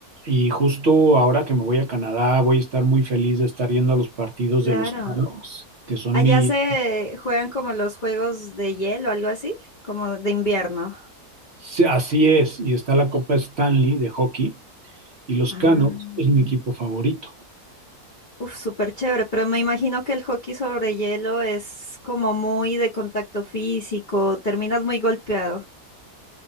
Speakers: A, on the right; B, on the left.
A: Y justo ahora que me voy a Canadá, voy a estar muy feliz de estar yendo a los partidos
B: claro.
A: de los Canucks, que son
B: Allá
A: mi,
B: se juegan como los juegos de hielo, algo así, como de invierno.
A: Sí, así es, y está la Copa Stanley de hockey, y los
B: Ah.
A: Canucks es mi equipo favorito.
B: Uf, súper chévere, pero me imagino que el hockey sobre hielo es como muy de contacto físico, terminas muy golpeado.